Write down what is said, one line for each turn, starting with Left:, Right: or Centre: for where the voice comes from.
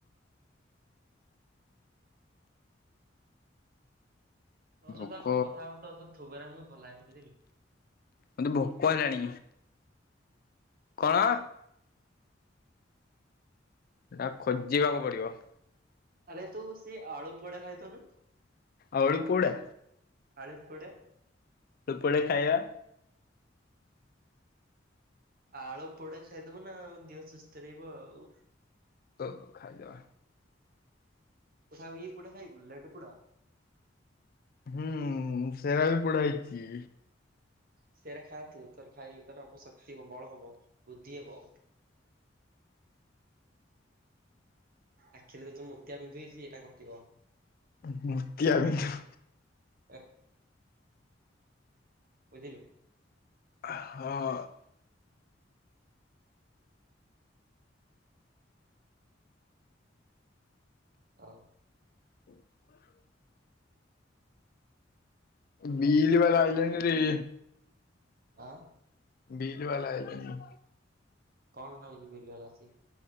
Right: ତ
Left: ଭୋକ
Right: ସହିତ ଆଉ କଣ କଥାବାର୍ତ୍ତା ତ ଥୁବାର ଆମ ଭଲ <unintelligible> ବୁଝିଲୁ।
Left: ମୋତେ ଭୋକ ହେଲାଣି। କଣ? ସେଟା ଖୋଜିବାକୁ ପଡିବ।
Right: ଆରେ ତୁ ସି ଆଳୁ ପୋଡ ଖାଇ ଦଉନୁ।
Left: ଆଳୁ ପୁଡା।
Right: ଆଳୁ ପୁଡ଼ା।
Left: ତୁ ପୁଳି ଖାଇବା।
Right: ଆଳୁ ପୋଡା ଖାଇଦବ ନା ଆଉ ଦେହ ସୁସ୍ଥ ରହିବ ଆଉ।
Left: ତ ଖାଇ ଦେବା।
Right: ତଥାବି ଏ ପୁଡା ଖାଇବୁ ଲଡୁ ପୁଡା?
Left: ହୁଁ, ସେରା ବି ପୁଡା ହେଇଚି।
Right: ସେରା ଖାଆନ୍ତୁ ତୋର ଖାଇଲେ ତୋର ଅବଶକ୍ତି ଓ ବଳ ହବ। ବୃଦ୍ଧି ହେବ। ଆଖିରେ ଯୋଉ ତ ମୋତିଆବିନ୍ଦୁ ହେଇଛି ଏଟା କଟିବ।
Left: ଅ, ହଁ ମୋତିଆ ବିନ୍ଦୁ।
Right: ଏ ବୁଝିଲୁ?
Left: ଆ, ହଁ।
Right: ଆଉ।
Left: <inaudible> ବିଡି ବାଲା ଆଇଲେଣିରେ।
Right: ଆଁ,
Left: ବିଲ୍ ବାଲା ଆଇଲେଣି।
Right: କଣ ନଉଚି ବିଲ୍ ବାଲା ଆସିକି?